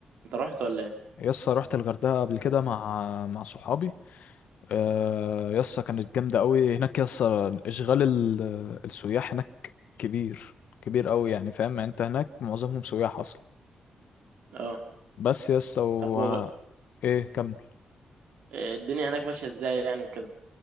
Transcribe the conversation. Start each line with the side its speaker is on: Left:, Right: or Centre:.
Right: انت رحت ولا ايه
Left: يا اسطى رحت الغردقه قبل كده مع مع صحابي آه، يا اسطى كانت جامده قوي هناك يا اسطى اشغال ال- السياح هناك كبير كبير قوي يعني فاهم يعني انت هناك معظمهم سياح اصلا
Right: اه
Left: بس يا اسطى و...
Right: طب و...
Left: ايه كمل
Right: آه، الدنيا هناك ماشيه ازاي يعني وكده